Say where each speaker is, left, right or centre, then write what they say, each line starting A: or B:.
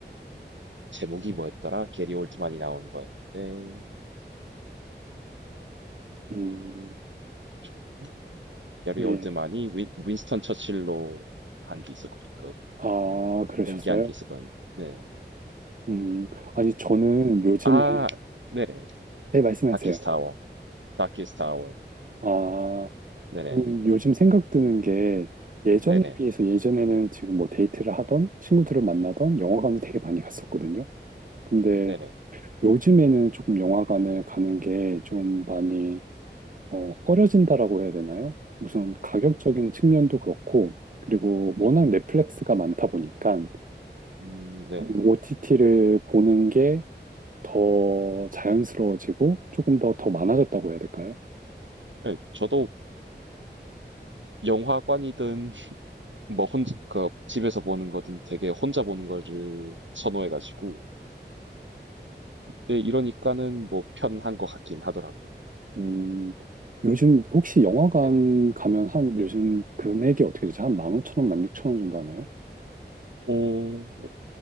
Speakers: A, on the right; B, on the right.
A: 제목이 뭐였더라? 게리 올드만이 나온 거였는데 음,
B: 음,
A: 잠시만요. 게리
B: 예.
A: 올드만이 윈, 윈스턴 처칠로 한 게 있었고 그
B: 아, 그러셨어요?
A: 연기한 게 있었건 네.
B: 음, 아니, 저는
A: 음.
B: 요즘에,
A: 아, 네네.
B: 네, 말씀하세요.
A: 다키스타워. 다키스타워.
B: 아,
A: 네네.
B: 저는 요즘 생각 드는 게 예전에
A: 네네.
B: 비해서 예전에는 지금 뭐 데이트를 하던 친구들을 만나던 영화관을 되게 많이 갔었거든요. 근데
A: 음, 네네.
B: 요즘에는 조금 영화관을 가는 게 좀 많이 어,
A: 네네.
B: 꺼려진다라고 해야 되나요? 무슨 가격적인
A: 음,
B: 측면도 그렇고, 그리고
A: 네네.
B: 워낙 넷플릭스가 많다 보니까
A: 음, 네.
B: OTT를 보는 게 더 자연스러워지고 조금 더 더 많아졌다고 해야 될까요?
A: 네, 저도 영화관이든 <laughs> 뭐 혼자 그 집에서 보는 거든 되게 혼자 보는 거를 선호해가지고 네, 이러니까는 뭐 편한 것 같긴 하더라고요.
B: 음, 요즘 혹시 영화관
A: 네네.
B: 가면 한
A: 네.
B: 요즘 금액이 어떻게 되죠? 한 15,000원, 16,000원 정도 하나요?
A: 오,